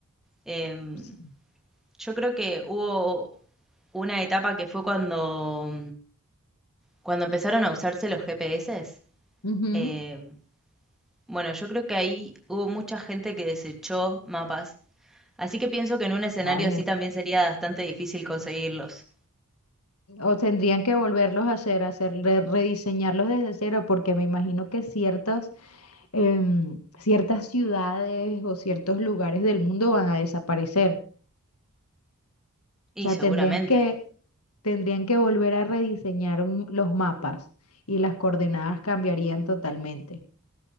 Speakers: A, in the centre; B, on the left.
A: Em,
B: Sí.
A: Yo creo que hubo una etapa que fue cuando, cuando empezaron a usarse los GPS.
B: Ujú,
A: Eh, bueno, yo creo que ahí hubo mucha gente que desechó mapas, así que pienso que en un escenario
B: Claro.
A: así también sería bastante difícil conseguirlos.
B: O tendrían que volverlos a hacer, hacer, re- rediseñarlos desde cero, porque me imagino que ciertos em, ciertas ciudades o ciertos lugares del mundo van a desaparecer.
A: Y
B: O sea,
A: seguramente.
B: tendrían que, tendrían que volver a rediseñar un- los mapas y las coordenadas cambiarían totalmente.